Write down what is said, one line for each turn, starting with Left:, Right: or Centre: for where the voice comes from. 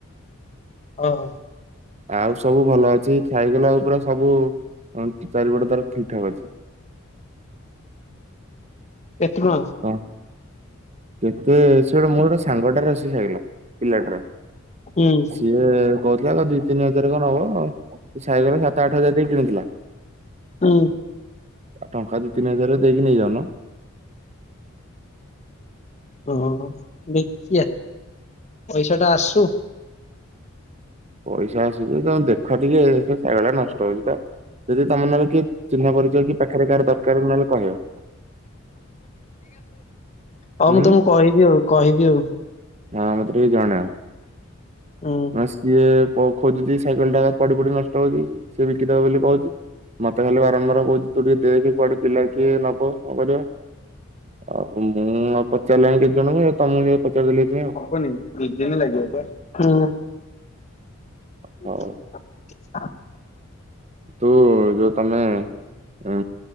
Left: ଅ ହ।
Right: ଆଉ ସବୁ ଭଲ ଅଛି ସାଇକଲ ଆଉ ପୁରା ସବୁ ଚାରିପଟେ ତାର ଠିକ ଠାକ୍ ଅଛି।
Left: ଏତେ ଟଙ୍କା।
Right: ହଁ। କେତେ ସେ ଗୋଟେ ମୋର ଗୋଟେ ସାଙ୍ଗ ଟାର ଅଛି ସାଇକଲ ପିଲାଟାର।
Left: ଉଁ
Right: ସିଏ କହୁଥିଲା ଦି ତିନି ହଜାର କଣ ନ ନବ ସେ ସାଇକଲ ସାତ ଆଠ ହଜାର ଦେଇକି କିଣୁଥିଲା।
Left: ହୁଁ।
Right: ଆଉ ଟଙ୍କା ଦୁଇ ତିନି ହଜାରରେ ଦେଇକି ନେଇଯାଉନ।
Left: ଓହୋ ଦେଖିଆ ପଇସା ଟା ଆସୁ।
Right: ପଇସା ଆସୁଛି ତମ ଦେଖ ଟିକେ ସାଇକଲ ଟା ନଷ୍ଟ
Left: ହଉ
Right: ହଉଛି ତ ଯଦି ତମ ନହେଲେ କିଏ ଚିହ୍ନା ପରିଚୟ କି ପାଖରେ କାହାର ଦରକାର ନହେଲେ କହିବ।
Left: ହଉ
Right: ହୁଁ
Left: ମୁଁ ତମକୁ କହିବି ଆଉ କହିବି ଆଉ।
Right: ହଁ ମତେ ଟିକେ ଜଣଇବ।
Left: ହୁଁ।
Right: ନ ହେଲେ ସିଏ ଖୋଜୁଛି ସାଇକେଲ ଟା ପଡି ପଡି ନଷ୍ଟ ହଉଛି ସିଏ ବିକିଦବେ ବୋଲି କହୁଛି। ମତେ ଖାଲି ବାରମ୍ବାର କହୁଚି ତୁ ଟିକେ ଦେଖ କଆଡେ ପିଲା କିଏ ନବ କଣ କରିବ। ଆଉ ମୁଁ ପଚାରିଲେଣି କେତେ ଜଣଙ୍କୁ ତମକୁ ଟିକେ ପଚାରି ଦେଲି ସେଥିପାଇଁ ଆଉ।
Left: ହବନୀ ଉଜନ ଲାଗିବ ବା ହୁଁ। <unintelligible>
Right: ହଉ ତୁ ଯୋଉ ତମେ ଉ